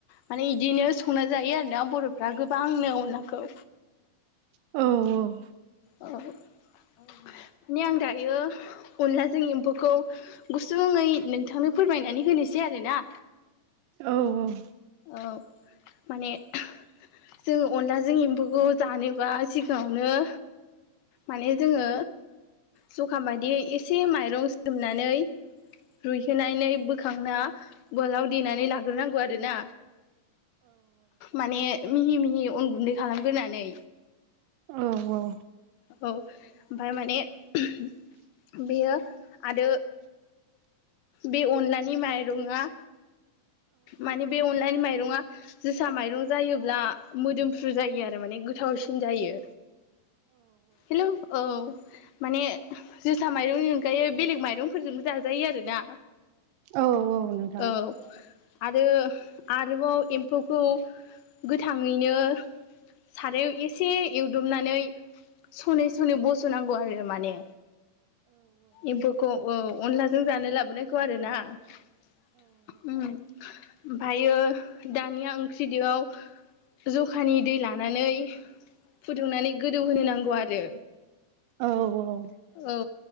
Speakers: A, on the left; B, on the right.
A: माने बिदिनो संना जायो आरोना बर'फ्रा गोबांनो अनलाखौ
B: औ औ
A: औ माने आं दायो अनलाजों एम्फौखौ गुसुङै नोंथांनो फोरमायनानै होनोसै आरोना
B: औ औ
A: औ माने जों अनलाजों एम्फौखौ जानोबा सिगाङावनो माने जोङो जखा बायदियै एसे माइरं सोमनानै रुइहोनानै बोखांना उलाव देनानै लाग्रोनांगौ आरोना माने मिहि मिहि अन गुन्दै खालामग्रोनानै
B: औ औ
A: औ ओमफ्राय माने बेयो आरो बे अनलानि माइरङआ माने बे अनलानि माइरङा जोसा माइरं जायोब्ला मोदोमफ्रु जायो आरो माने गोथावसिन जायो हेल' औ माने जोसा माइरंनि अनगायै बेलेग माइरंफोरजोंबो जाजायो आरो ना
B: औ औ नोंथां
A: औ आरो आरोबाव एम्फौखौ गोथाङैनो सारायाव एसे एवदुमनानै सनै सनै बस'नांगौ आरो माने एम्फौखौ अनलाजों जानो लाबोनायखौ आरो ना उम ओमफ्रायो दानिया ओंख्रिदोआव जखानि दै लानानै फुदुंनानै गोदौ होनो नांगौ आरो
B: औ औ
A: औ